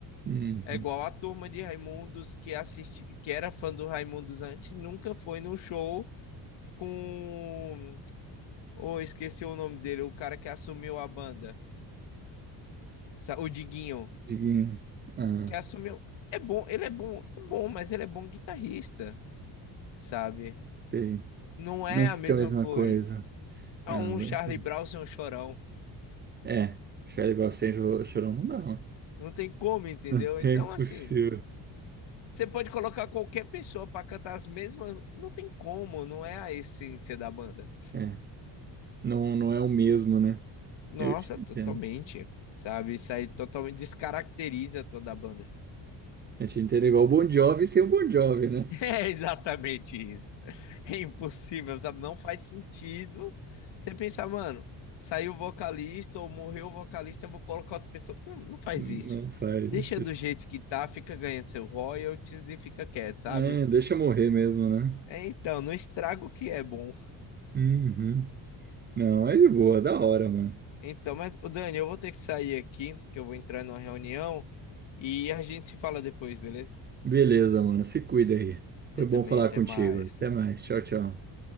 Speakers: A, on the right (about 25°); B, on the left (about 75°).
A: Uhum.
B: É igual a turma de Raimundos que assisti, que era fã do Raimundos antes, nunca foi no show com. Oh, esqueci o nome dele, o cara que assumiu a banda, o Diguinho,
A: Diguinho. Ah,
B: que assumiu. É bom, ele é bom, é bom, mas ele é bom guitarrista, sabe?
A: sei.
B: Não
A: Não
B: é a
A: fica
B: mesma
A: a mesma
B: coisa.
A: coisa.
B: Ah,
A: ah
B: um Charlie
A: eu entendo.
B: Brown sem um chorão.
A: É, Charlie Brown sem jo- chorão não dá, mano.
B: Não tem como, entendeu?
A: <laughs>
B: Então,
A: É impossível.
B: assim, você pode colocar qualquer pessoa pra cantar as mesmas. Não tem como, não é a essência da banda.
A: É, não, não é o mesmo, né?
B: Nossa,
A: Eu te
B: totalmente.
A: entendo.
B: Sabe, isso aí totalmente descaracteriza toda a banda.
A: Eu te entendo igual o Bon Jovi sem o Bon Jovi, né?
B: <laughs> É exatamente isso. É impossível, sabe? Não faz sentido você pensar, mano, saiu o vocalista ou morreu o vocalista, eu vou colocar outra pessoa. Não, não faz
A: Não
B: isso.
A: faz
B: Deixa
A: isso.
B: do jeito que tá, fica ganhando seu royalties e fica quieto, sabe?
A: É, deixa morrer mesmo, né?
B: É, Então, não estraga o que é bom.
A: Uhum. Não, é de boa, da hora, mano.
B: Então, mas, ô Dani, eu vou ter que sair aqui, que eu vou entrar numa reunião e a gente se fala depois, beleza?
A: Beleza, mano. Se cuida aí.
B: Você
A: Foi
B: também,
A: bom falar
B: até
A: contigo.
B: mais.
A: Até mais. Tchau, tchau.